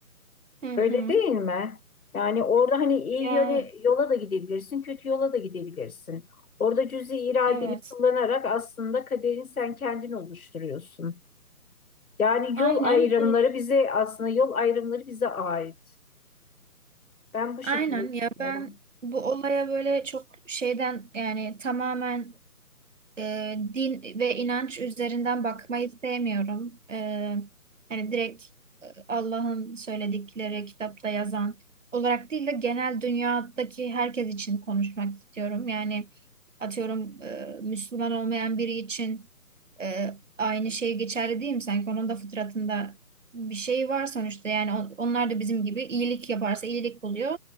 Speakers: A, on the right (about 50°); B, on the left (about 65°).
A: Hı hı.
B: Öyle değil mi? Yani orada hani iyi
A: Ya
B: yöne, yola da gidebilirsin, kötü yola da gidebilirsin. Orada cüzi iradeni
A: evet.
B: kullanarak aslında kaderini sen kendin oluşturuyorsun. Yani
A: Aynen.
B: yol ayrımları
A: e,
B: bize aslında yol ayrımları bize ait. Ben bu şekilde
A: Aynen
B: düşünüyorum.
A: ya ben bu olaya böyle çok şeyden yani tamamen e, din ve inanç üzerinden bakmayı sevmiyorum. E, yani direkt e, Allah'ın söyledikleri kitapta yazan olarak değil de genel dünyadaki herkes için konuşmak istiyorum. Yani atıyorum e, Müslüman olmayan biri için e, aynı şey geçerli değil mi? Sanki onun da fıtratında bir şey var sonuçta. Yani on- onlar da bizim gibi iyilik yaparsa iyilik buluyor,